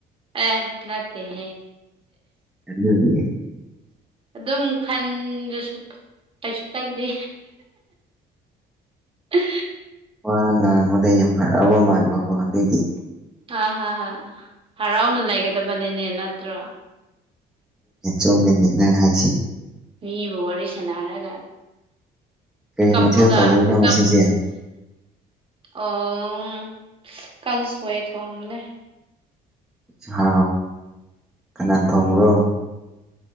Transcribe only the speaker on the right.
ꯑꯦ ꯅꯠꯇꯦꯍ
ꯑꯗꯨꯝ ꯈꯟꯗ꯭ꯔꯁꯨ ꯀꯩꯁꯨ ꯀꯥꯏꯗꯦ ꯑ
ꯍꯥ ꯍꯥ ꯍꯥ ꯍꯔꯥꯎꯅ ꯂꯩꯒꯗꯕꯅꯤꯅꯦ ꯅꯠꯇ꯭ꯔꯣ
ꯃꯤꯕꯨ ꯋꯥꯔꯤ ꯁꯥꯟꯅꯔꯒ
ꯀꯞꯄꯒ
ꯀꯞ
ꯑꫭ ꯀꯥꯟꯁꫭꯏ ꯊꫭꯡꯕꯅꯦ